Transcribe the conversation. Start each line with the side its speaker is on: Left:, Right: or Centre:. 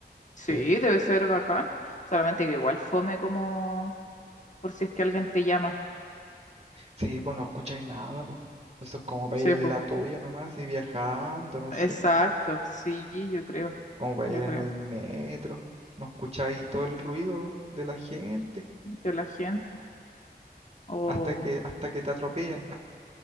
Left: Sí,
Right: sí.
Left: debe ser bacán. Solamente que igual fome como por si es que alguien te llama.
Right: Sí, pues no escucháis nada, pues. Eso es como para
Left: Sí,
Right: ir en
Left: pues.
Right: la tuya nomás y viajando, no
Left: Exacto,
Right: sé.
Left: sí, yo creo,
Right: Como para
Left: yo
Right: ir en
Left: creo.
Right: el metro. No escucháis todo el ruido de la gente.
Left: De la gente. Oh,
Right: hasta que, hasta que te atropellan.